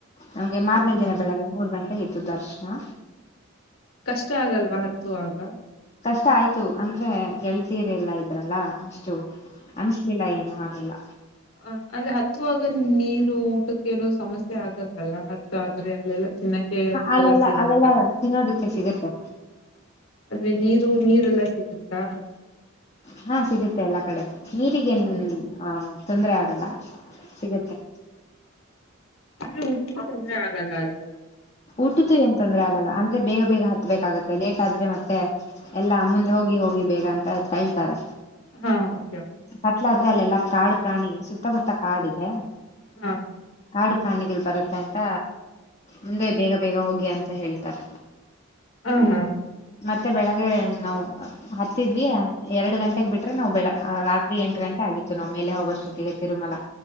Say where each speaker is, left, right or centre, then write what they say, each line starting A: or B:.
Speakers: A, on the left; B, on the left.
A: ನಮ್ಗೆ ಮಾರ್ನೇ
B: ಹ್ಮ್
A: ದಿನ ಬೆಳಗ್ಗೆ ಮೂರು ಗಂಟೆಗ್ ಇತ್ತು ದರ್ಶನ.
B: ಕಷ್ಟ <inaudible> ಹತ್ತುವಾಗ
A: ಕಷ್ಟ ಆಯ್ತು ಅಂದ್ರೆ ಗೆಳ್ತೀರಿ ಎಲ್ಲಾ ಇದ್ರಲ್ಲ ಅಷ್ಟು ಅನಸಲಿಲ್ಲ ಏನ್ ಏನು ಆಗಿಲ್ಲ
B: ಹ ಅಲ್ಲಿ ಹತ್ತುವಾಗ ನೀರು ಊಟಕ್ಕೆ ಏನೋ ಸಮಸ್ಯೆ ಆಗಲ್ವಲ್ಲ ಹತ್ತು ಅಂದ್ರೆ ಅಲ್ಲೆಲ್ಲ ತಿನ್ನಕ್ಕೆ ಅದ
A: ಅಲ್ಲೆಲ್ಲ
B: ಎಲ್ಲಾ ಸಿಗುತ್ತ
A: ಅಲ್ಲೆಲ್ಲ ತಿನ್ನೋದಕ್ಕೆ ಸಿಗುತ್ತೆ
B: ಆದ್ರೆ ನೀರು ನೀರೆಲ್ಲ ಸಿಗತ್ತಾ?
A: ಹಾ ಸಿಗುತ್ತೆ ಎಲ್ಲಾ ಕಡೆ ನೀರಿಗೇನ
B: ಹ್ಮ್
A: ಆ ತೊಂದರೆ ಆಗಲ್ಲ ಸಿಗತ್ತೆ.
B: ಅಂದ್ರೆ ಊಟಕ್ಕೂ ತೊಂದ್ರೆ ಆಗಲ್ಲ ಅಲ್ಲ ಹೋಗುವಾಗ
A: ಊಟದ್ದು ಏನ್ ತೊಂದ್ರೆ ಆಗಲ್ಲ ಅಂದ್ರೆ ಬೇಗ ಬೇಗ ಹತ್ಬೇಕಾಗುತ್ತೆ ಲೇಟ್ ಆದ್ರೆ ಮತ್ತೆ ಎಲ್ಲಾ ಮುಂದೆ ಹೋಗಿ ಹೋಗಿ ಬೇಗ ಅಂತ ತಳ್ತಾರೆ
B: ಹಾ ಓಕೆ
A: ಕಟ್ಟಲಾದ್ರೇ ಅಲ್ಲ ಎಲ್ಲಾ ಕಾಡ ಪ್ರಾಣಿಗೆ ಸುತ್ತಮುತ್ತ ಕಾಡ ಇದೆ
B: ಹಾ ಹಾ
A: ಕಾಡು ಪ್ರಾಣಿಗಳ ಬರುತ್ತೆ ಅಂತ ಮುಂದೆ ಬೇಗ ಬೇಗ ಹೋಗಿ ಅಂತ ಹೇಳ್ತಾರೆ
B: ಹಾ ಹಾ
A: ಮತ್ತೆ ಬೆಳಗ್ಗೆ ನಾವು ಹತ್ತಿದ್ವಿ ಎರಡು ಗಂಟೆಗೆ ಬಿಟ್ಟ ಬಿಟ್ರೆ ನಾವ ಬೆಳ ರಾತ್ರಿ ಎಂಟ ಗಂಟೆ ಆಗಿತ್ತು ನಾವು ಮೇಲೆ ಹೋಗುವಷ್ಟೊತ್ತಗೆ ತಿರುಮಲಾ